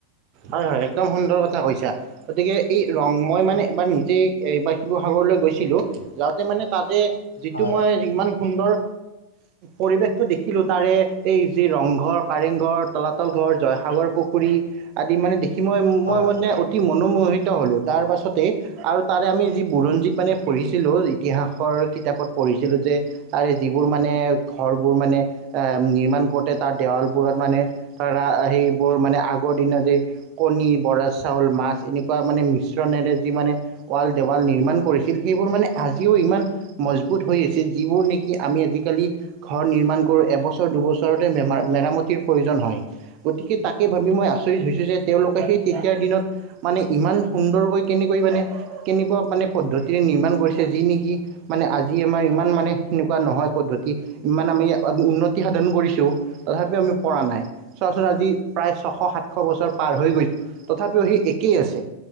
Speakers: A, on the right; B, on the left.
A: হয় হয়, একদম সুন্দৰ কথা কৈছা গতিকে এই ৰং মই মানে এবাৰ নিজেই এবাৰ শিৱসাগৰলৈ গৈছিলোঁ। যাওঁতে মানে তাতে যিটো
B: হয়
A: মই ইমান সুন্দৰ পৰিৱেশটো দেখিলো তাৰে এই যি ৰংঘৰ, কাৰেংঘৰ। তলাতল ঘৰ, জয়সাগৰ পুখুৰী আদি মানে দেখি মই মই
B: হয়
A: মানে অত কি মনোমোহিত হ'লো তাৰ পাছতে আৰু তাৰে আমি যি বুৰঞ্জীত মানে পঢ়িছিলো, ইতিহাসৰ কিতাপত পঢ়িছিলো যে তাৰে যিবোৰ মানে ঘৰবোৰ মানে নিৰ্মাণ কৰোঁতে তাৰ দেৱালবোৰত মানে ধৰা সেইবোৰ মানে আগৰ দিন যে কণী, বৰা চাউল, মাছ এনেকুৱা মানে মিশ্ৰণেৰে যি মানে ৱাল, দেৱাল নিৰ্মাণ কৰিছিল সেইবোৰ মানে আজিও ইমান মজবুত হৈ আছে, যিবোৰ নেকি আমি আজিকালি ঘৰ নিৰ্মাণ কৰো এবছৰ দুবছৰতে মেৰ মেৰামতিৰ প্ৰয়োজন হয়, গতিকে তাকে ভাবি মই
B: হয়
A: আচৰিত হৈছো যে তেওঁলোকে সেই তেতিয়াৰ দিনত মানে ইমান সুন্দৰকৈ কেনেকৈ মানে কেনেকুৱা মানে পদ্ধতিৰে নিৰ্মাণ কৰিছে যি নিকি মানে আজি আমাৰ ইমান মানে এনেকুৱা নহয় পদ্ধতি ইমান আমি উন্নতি সাধন কৰিছো তথাপিও আমি পৰা নাই চোৱাচোন আজি প্ৰায় ছশ সাতশ বছৰ পাৰ হৈ গৈ তথাপিও হেই একেই আছে